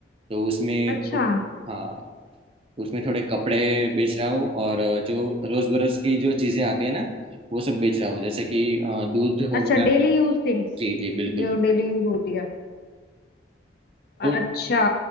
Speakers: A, on the right; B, on the left.
A: तो उसमें
B: अच्छा
A: थोड़े हाँ उसमें थोड़े कपड़े बेच रहा हूँ और जो रोज बरोज की जो चीजें आती है ना वो सब बेच रहा हूँ जैसे कि अ, दूध हो
B: अच्छा
A: गया
B: डेली यूज थिंग्स
A: जी जी बिल्कुल
B: जो डेली यूज होती है
A: तो
B: अच्छा